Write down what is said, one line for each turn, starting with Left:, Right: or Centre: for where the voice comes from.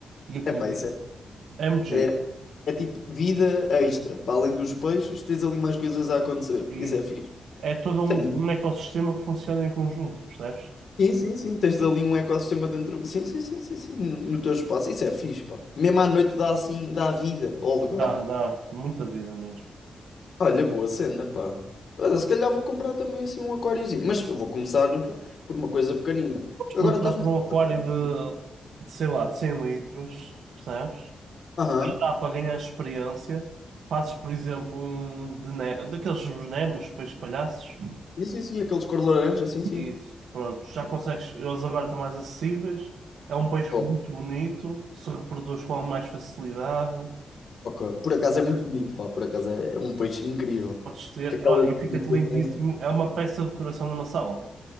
Right: e a comer.
Left: Epá, isso
Right: MG.
Left: é, é, é tipo vida extra. Para além dos peixes, tens ali mais coisas a acontecer.
Right: Isso.
Left: Isso é fixe.
Right: É todo
Left: Sim.
Right: um, um ecossistema que funciona em conjunto, percebes?
Left: Sim, sim, sim. Tens ali um ecossistema dentro. Sim, sim, sim, sim, sim. No, no teu espaço. Isso é fixe, pá. Mesmo à noite dá assim, dá vida ao lugar.
Right: Dá, dá muita vida mesmo.
Left: Olha, boa cena, pá. Olha, se calhar vou comprar também assim um aquáriozinho. Mas vou começar por uma coisa pequenina.
Right: Mas
Left: Agora
Right: Começar
Left: estás-me
Right: por
Left: a.
Right: um
Left: tocar
Right: aquário
Left: com o gatinho.
Right: de, de, sei lá, de 100 litros, percebes?
Left: Aham.
Right: E Dá para ganhar experiência. Fazes, por exemplo, um de ne- daqueles os Nemos, peixes palhaços.
Left: Sim, sim, sim. Aqueles cor laranja, sim, sim.
Right: Isso. Pronto, já consegues. Eles agora estão mais acessíveis. É um peixe
Left: Oh,
Right: muito bonito, se reproduz com mais facilidade.
Left: ok. Por acaso é muito bonito, pá. Por acaso é, é um peixe incrível.
Right: podes ter.
Left: Que aquelas.
Right: Olha, e fica-te
Left: bichas
Right: lindíssimo.
Left: brancas.
Right: É uma peça de decoração numa sala.